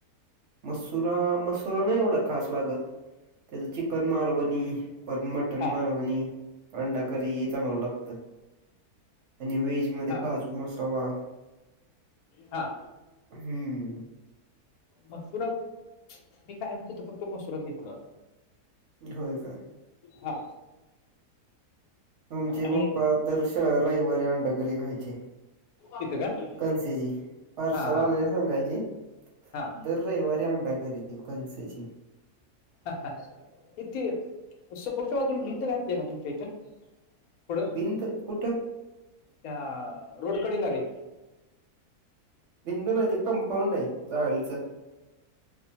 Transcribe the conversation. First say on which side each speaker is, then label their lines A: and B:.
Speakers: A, on the right (about 60°); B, on the left (about 70°).
A: मसुरा- मसुरा नाही एवढा खास लागत, त्याचं चिकन मालवणी. परत मटण
B: हा
A: मालवणी आणि अंडाकरी हे चांगलं लागत आणि व्हेज मध्ये
B: हा
A: काजू मसाला
B: हा
A: हम्म -हम्म.
B: मसुरा मी कायम तिथ फक्त मसुरा घेतला.
A: होय काय?
B: हा.
A: आमचे
B: आणि
A: पप्पा दर श- रविवारी अंडाकरी खायचे.
B: तिथं का
A: कनसेजी पार्सल
B: हा हा
A: आणायला
B: हा
A: सांगायचे,
B: हा
A: दर रयवारी अंडा करी त कनसेची.
B: हा -हा -हा ये ती समोरच्या बाजूूला भिंत घातलीये ना तुमच्या इथं? पुढं
A: भिंत कुठ?
B: त्या रोड कडेला रे
A: भिंत नाही ते कंपाऊंड आहे जाळीचं